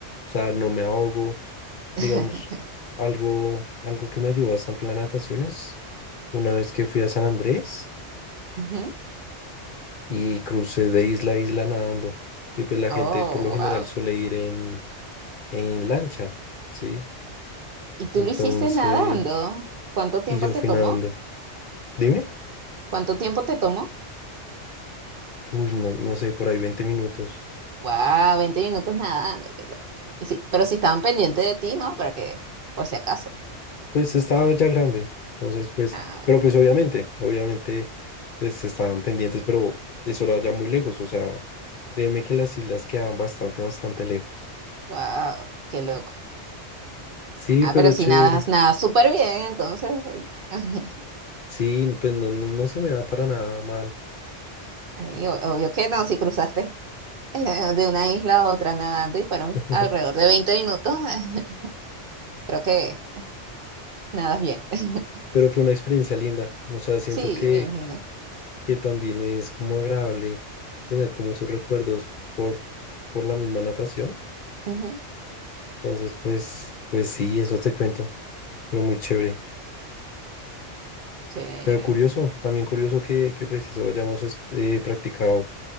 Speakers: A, on the left; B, on the right.
A: O sea, no me ahogo digamos,
B: <laughs>
A: algo, algo que me ayudó bastante la natación es una vez que fui a San Andrés
B: Ujú.
A: y crucé de isla a isla nadando. Y pues la
B: Oh,
A: gente por lo general
B: wow.
A: suele ir en, en lancha, ¿sí?
B: ¿Y
A: Entonces,
B: tú lo hiciste nadando? ¿Cuánto tiempo
A: y yo
B: te
A: fui
B: tomó?
A: nadando. Dime,
B: ¿Cuánto tiempo te tomó?
A: uy, no, no sé, por ahí 20 minutos.
B: Wow, veinte minutos nadando. qué loco. Y Sí, pero si estaban pendientes de ti, ¿no? Para que, por si acaso.
A: Pues estaba ya grande. Entonces, pues,
B: Ah,
A: pero pues obviamente, obviamente, pues estaban pendientes, pero eso era ya muy lejos. O sea, créeme que las islas quedaban bastante, bastante lejos.
B: bueno. Wow, qué loco.
A: Sí,
B: Ah,
A: pero
B: pero si
A: chévere.
B: nadas, nadas súper bien, entonces. <laughs>
A: Sí, pues no, no, no se me da para nada mal.
B: Y o- obvio que no, si cruzaste eh, de una isla a otra nadando y fueron
A: <laughs>
B: alrededor de 20 minutos, eh, creo que nadas bien. <laughs>
A: Pero fue una experiencia linda. O sea, siento
B: Sí,
A: que,
B: me imagino.
A: que también es como agradable tener como sus recuerdos por, por la misma natación.
B: Ujú,
A: Entonces, pues, pues sí, eso te cuento. Pero muy chévere.
B: Chévere.
A: Pero curioso, también curioso que, que preciso hayamos es- eh, practicado